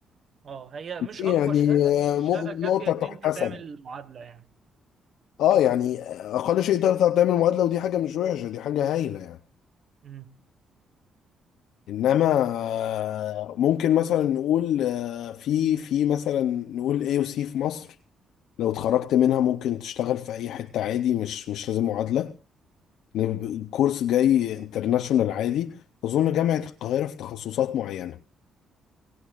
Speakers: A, on the right; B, on the left.
A: اه هي مش
B: يعني
A: اقوى شهاده
B: آه،
A: بس
B: م-
A: شهاده كافيه
B: نقطه
A: ان
B: تحتسب
A: انت تعمل المعادله يعني
B: اه يعني اقل شيء تقدر تعمل معادله ودي حاجه مش وحشه دي حاجه هايله يعني
A: مم.
B: انما آه، ممكن مثلا نقول آه، في في مثلا نقول اي او سي في مصر لو اتخرجت منها ممكن تشتغل في اي حته عادي مش مش لازم معادله نب- الكورس جاي انترناشونال عادي اظن جامعه القاهره في تخصصات معينه